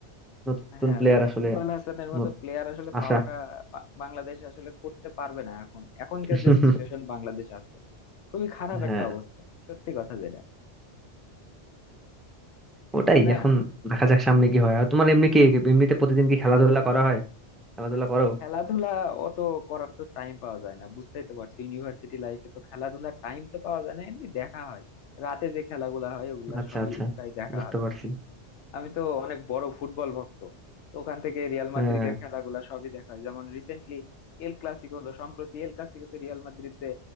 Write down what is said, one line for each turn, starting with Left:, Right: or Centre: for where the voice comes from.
Centre: নতুন
Left: হ্যাঁ
Centre: প্লেয়ার
Left: সাকিব
Centre: আসলে
Left: আল হাসানের মতো
Centre: নত-
Left: প্লেয়ার আসলে
Centre: আসা
Left: পাওয়াটা বা- বাংলাদেশ আসলে করতে পারবে না এখন এখনকার
Centre: <laughs>
Left: যে সিচুয়েশন বাংলাদেশ আছে খুবই খারাপ
Centre: হ্যাঁ
Left: একটা অবস্থায় সত্যি কথা যেটা
Centre: ওটাই
Left: ঠিক না
Centre: এখন দেখা যাক সামনে কি হয় আর তোমার এমনি কি এমনিতে প্রতিদিন কি খেলাধুলা করা হয় খেলাধুলা করো
Left: খেলাধুলা অত করার তো টাইম পাওয়া যায় না বুঝতেই তো পারছো ইউনিভার্সিটি লাইফে তো খেলাধুলার টাইম তো পাওয়া যায় না এমনি দেখা হয় রাতে যে খেলাগুলা হয় ওগুলা
Centre: আচ্ছা
Left: সবই
Centre: আচ্ছা
Left: প্রায় দেখা
Centre: বুঝতে
Left: হয়
Centre: পারছি
Left: আমি তো অনেক বড় ফুটবল ভক্ত তো ওখান থেকে রিয়াল
Centre: হ্যাঁ
Left: মাদ্রিদের খেলাগুলা সবই দেখা হয় যেমন রিসেন্টলি এল ক্লাসিকো হলো সম্প্রতি এল ক্লাসিকোতে রিয়াল মাদ্রিদ যে